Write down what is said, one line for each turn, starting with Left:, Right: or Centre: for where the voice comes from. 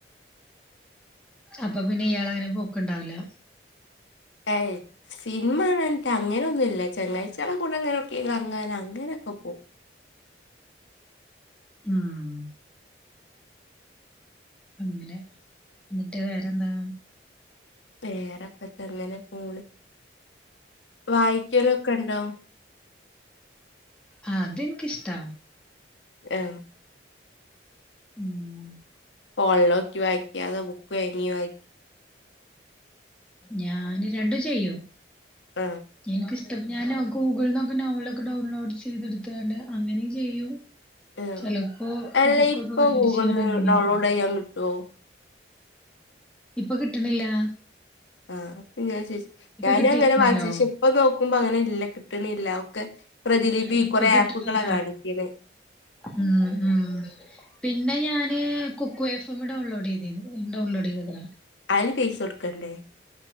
Centre: അപ്പൊ പിന്നെ ഇയാള് അങ്ങനെ പോക്ക്ണ്ടാവ്വൂല്ല.
Left: <unintelligible> സിനിമ കാണാൻത്താ അങ്ങനൊന്നുല്ല ചങ്ങാഴ്ചെള കൂടെങ്ങനൊട്ക്കേലും ഇങ്ങനെ കറ്ങ്ങാനൊ അങ്ങനൊക്കെ പോവും.
Centre: ഉം.. അങ്ങനെ എന്ന്ട്ട് വേറെന്താ?
Left: വേറെപ്പത്ത ങ്ങനെ പോണ്. വായിക്കലൊക്കെ ണ്ടോ?
Centre: ആഹ അതിൻക്ക്ഷ്ട്ടാ
Left: <unintelligible>
Centre: മ
Left: ഫോൺലോക്കി വായിക്കെ അതോ ബുക്ക് വേങ്ങി വായി
Centre: ഞാന് രണ്ടും ചെയ്യും.
Left: ആഹ്
Centre: എനിക്ക് ഇഷ് തും. ഞാന് ഗൂഗിൾന്നൊക്കെ ഡൗൺൽ ഒക്കെ ഡൗൺലോഡ് ചെയ്ത്ട്ത്ത് കാണ്ട് അങ്ങനിം ചെയ്യും.
Left: ആഹ്.
Centre: ചെലപ്പോ
Left: അല്ല
Centre: ബുക്കൊക്കെ
Left: ഇപ്പൊ
Centre: വേട്‌
Left: ഗൂഗിൾന്ന്
Centre: ച്ചാണ്ട് അങ്ങനെ
Left: ഡൗൺലോഡ്
Centre: <unintelligible>
Left: <unintelligible>
Centre: ഇപ്പൊ കിട്ടണില്ലാ.
Left: ആഹ, <unintelligible> ഞാന
Centre: കിട്ടിയിരുന്നല്ലോ
Left: ങ്ങനെ വ <unintelligible> ഇപ്പ നോക്കു നോക്കുമ്പോ അങ്ങനെ ഇല്ല കിട്ട്ണ്ല്ല ഒക്കെ പ്രതിലിപി
Centre: ആ, ഇപ്പൊ
Left: കൊറേ
Centre: കിട്ടണില്ല
Left: ആപ്പുകളാ കാണിക്ക് ണേ
Centre: ഉം ഉ പിന്നെ ഞാന് കുക്കു എഫെമ്മ് ഡൗൺലോഡെയ്തീന്നു ഡൗൺലോഡ് ചെയ്തത്ര
Left: അയില് ഫീസൊട്‌ക്കണ്ടേ?